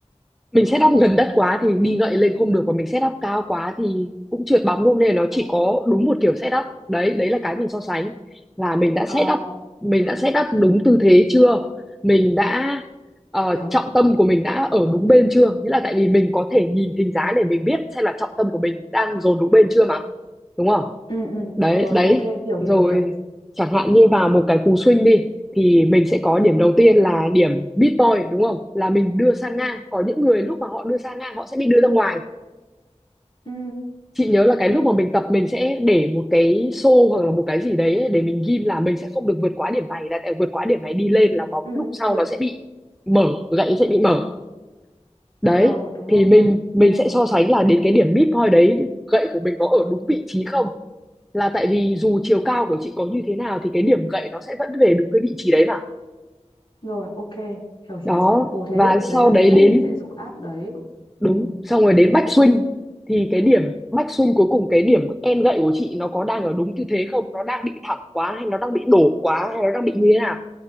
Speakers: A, in the centre; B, on the left.
A: mình set up gần đất quá thì đi gậy lên không được và mình set up cao quá thì cũng trượt bóng luôn nên là nó
B: Ờ
A: chỉ có đúng một kiểu set up đấy đấy là cái mình so sánh là mình đã
B: ờ,
A: set
B: ok
A: up mình đã set up đúng tư thế chưa mình đã ờ,
B: hiểu.
A: trọng tâm của mình đã ở đúng bên chưa nghĩa là tại vì mình có thể nhìn hình dáng để mình biết xem là trọng tâm của mình đang dồn đúng bên chưa mà đúng không
B: Ừ ừ
A: đấy
B: rồi
A: đấy
B: ok hiểu hiểu
A: rồi
B: hiểu.
A: chẳng hạn như vào một cái cú swing đi thì mình sẽ có điểm đầu tiên là điểm mid point đúng không là mình đưa sang ngang
B: Ừ
A: có những người lúc mà họ đưa sang ngang họ sẽ bị đưa ra ngoài
B: ừ
A: chị nhớ là cái lúc mà
B: ừ
A: mình tập mình sẽ để một cái xô hoặc là một cái gì đấy để mình ghim là mình sẽ không được vượt quá điểm này là tại vượt quá điểm này đi lên là bóng
B: ừ
A: lúc
B: ừ,
A: sau
B: hiểu.
A: nó sẽ bị mở gậy sẽ bị mở đấy
B: Ờ đúng
A: thì
B: rồi đúng
A: mình
B: rồi.
A: mình
B: Ừ
A: sẽ so sánh là đến cái điểm mid point đấy gậy của mình có ở đúng vị trí không là tại vì dù chiều cao của chị có như thế nào thì cái điểm gậy nó sẽ vẫn về đúng cái vị trí đấy mà
B: rồi ok hiểu hiểu.
A: đó
B: Ồ thế
A: và sau
B: đấy là
A: đấy
B: cái cách
A: đến
B: mình sẽ dùng app đấy.
A: đúng
B: Ừ
A: xong rồi đến back
B: thế
A: swing
B: nói tiếp.
A: thì cái điểm back swing cuối cùng cái điểm end gậy của chị nó có đang ở đúng tư thế không nó đang bị thẳng quá hay nó đang bị đổ quá hay nó đang bị như thế nào